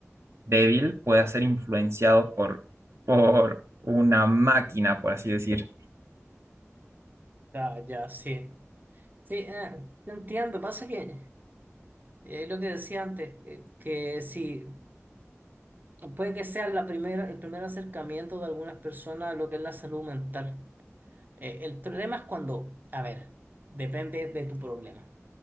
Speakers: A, on the right; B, on the right.
A: débil pueda ser influenciado por, por una máquina, por así decir.
B: ya, ya, sí. Sí, eh, te entiendo. Pasa que eh, lo que decía antes, eh, que si puede que sea la primera, el primer acercamiento de algunas personas a lo que es la salud mental. Eh, el problema es cuando, a ver, depende de tu problema.